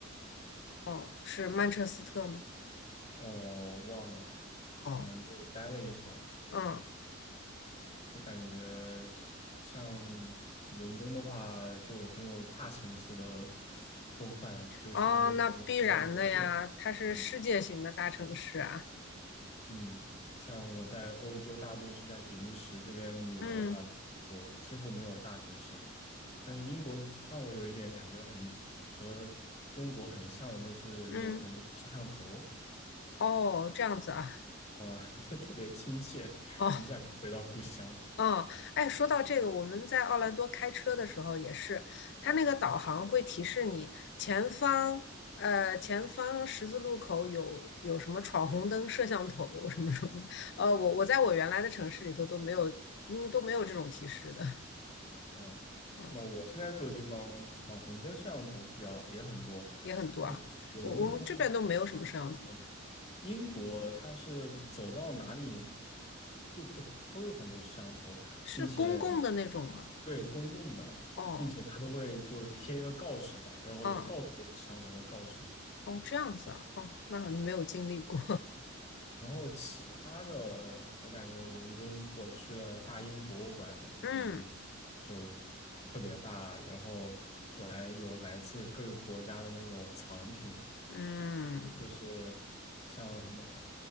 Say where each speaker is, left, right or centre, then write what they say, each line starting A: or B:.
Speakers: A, on the left (about 60°); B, on the left (about 30°).
A: 哦，是曼彻斯特吗？
B: 哦忘了，
A: 哦，
B: 可能就待了一会儿。
A: 嗯
B: 我感觉是像伦敦的话，就很有大城市的 <laughs> 风范，就像有点回到国内了。
A: 哦，那必然的呀，它是世界型的大城市啊。
B: 嗯嗯，像我在欧洲大陆是在比利时这边旅游的话，
A: 嗯
B: 我几乎没有大城市。但是英国让我有一点感觉很和中国很像的，就是有很多摄像头
A: 嗯，哦，这样子啊。
B: 啊，<laughs> 就特别亲切，
A: 哦，
B: 一下就回到故乡了。
A: 嗯，哎，说到这个，我们在奥兰多开车的时候也是，它那个导航会提示你前方，呃，前方十字路口有有什么闯红灯、摄像头什么什么的。呃，我我在我原来的城市里头都没有，嗯，都没有这种提示的，
B: 哦，
A: 嗯，
B: 那我现在住的地方闯红灯摄像头比较也很多，
A: 也很多啊。
B: 但是伦敦的话，
A: 我我们这边都没有什么摄像头，
B: 嗯，英国它是走到哪里就都都有很多摄像头，
A: 是公共的那种吗？
B: 并且对公共的，
A: 哦，
B: 并且它都会就贴一个告示嘛，然后就到处都是摄像头的告示。
A: 嗯，
B: 嗯
A: 哦，这样子啊，哦，那没有经历过，
B: 然后其他的，我感觉伦敦我去了大英博物馆，
A: <laughs> 嗯
B: 嗯，就特别大，然后来有来自各个国家的那种藏品，
A: 嗯
B: 特别就是像什么